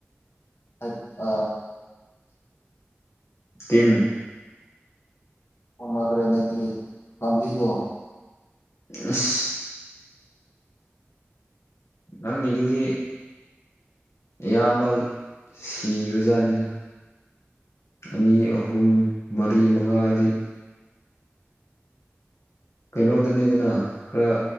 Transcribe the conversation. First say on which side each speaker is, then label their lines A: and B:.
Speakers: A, on the left; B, on the left.
A: ꯑ ꯑ
B: ꯇꯤꯟ
A: ꯄꯣꯃꯒ꯭ꯔꯅꯦꯇꯦ ꯄꯥꯝꯕꯤꯗꯣ
B: ꯑꯁ ꯅꯪꯒꯤꯗꯨꯗꯤ ꯏꯌꯥꯝꯕ ꯁꯤꯈ꯭ꯔꯖꯥꯠꯅꯤꯅ ꯑꯅꯤ ꯑꯍꯨꯝ ꯃꯔꯤ ꯃꯉꯥꯗꯤ ꯀꯩꯅꯣꯗꯅꯤꯗꯅ ꯈꯔ